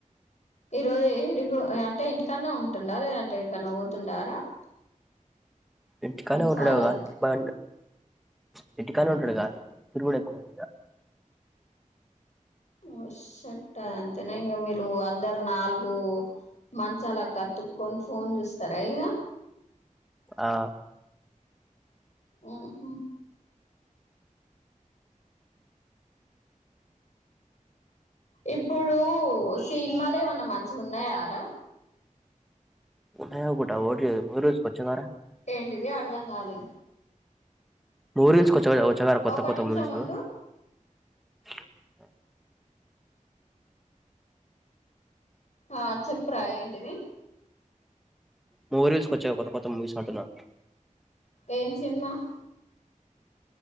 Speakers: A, on the left; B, in the centre.
A: ఈరోజు ఏడు అంటే ఇంటికన్నా ఉంటుందా లేదంటే ఇడికన్నా పోతుండారా <unintelligible>
B: ఇంటికన్నె
A: మీ
B: ఉంటాడు
A: ఫాదర్
B: బడ్ <unintelligible> కాని ఉంటాడు గా తిరుగుడ ఎక్కు <unintelligible>
A: ఓ షట్ అంతేనా ఇంగ మీరు అందరు నాలుగు మంచాలక్కతుక్కొని ఫోన్ జుస్తరా ఇగ
B: ఆ
A: ఉహు ఇప్పుడు సినిమలు ఏమన్నా మంచిగున్నయారా
B: ఉన్నాయనుకుంట ఓడి మీరుజ కొచ్చగారా <unintelligible>
A: ఏంటిది అర్థం గాలే
B: మూవీ రూల్జ్ కి వచ్చాయి కదా కొత్త
A: ఒక
B: కొత్త
A: నిమిషం
B: మూవీసు
A: ఉండు
B: <unintelligible>
A: ఆ చెప్పురా ఏంటిది <inaudible>
B: మూవి రూల్స్ కోచ్చాయ కొత్త కొత్త మూవీస్ అంటున్నా
A: ఏం సినిమా <inaudible>